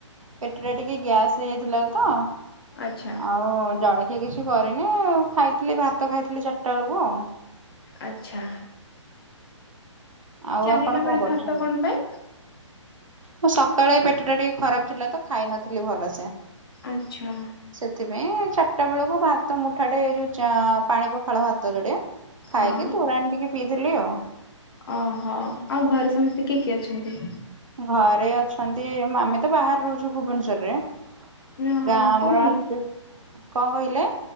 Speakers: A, on the right; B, on the left.
A: ପେଟରେ ଟିକେ ଗ୍ୟାସ୍ ହେଇଥିଲା ତ
B: ଆଛା।
A: ଆଉ ଜଳଖିଆ କିଛି କରିନୁ, ଖାଇଥିଲି ଭାତ ଖାଇଥିଲି ଚାରିଟା ବେଳକୁ ଆଉ।
B: ଆଚ୍ଛା।
A: ଆଉ
B: ଚାରିଟା
A: ଆପଣ କଣ
B: ବେଳେ
A: କରୁଛନ୍ତି?
B: ଭାତ କଣ ପାଇଁ
A: ମୁଁ ସକାଳେ ଏଇ ପେଟଟା ଟିକେ ଖରାପ ଥିଲା ତ ଖାଇ ନଥିଲି ଭଲସେ।
B: ଆଚ୍ଛା।
A: ସେଥିପାଇଁ ଚାରିଟା ବେଳକୁ ଭାତ ମୁଠାଟେ ଏ ଯୋଉ ଚା ପାଣି ପଖାଳ ଭାତ ଜୋଡିଏ ଖାଇକି
B: ହଁ
A: ତୋରାଣି ଟିକେ ପିଇଥିଲି ଆଉ।
B: ଓହୋଃ, ଆଉ ଘରେ ସମସ୍ତେ କିଏ କିଏ ଅଛନ୍ତି?
A: ଘରେ ଅଛନ୍ତି ଆମେ ତ ବାହାରେ ରହୁଛୁ ଭୁବନେଶ୍ୱରରେ।
B: ଓହୋ
A: ଗାଁ ଆମର
B: କୋଉଠି
A: ଆସୁ, କଣ କହିଲେ?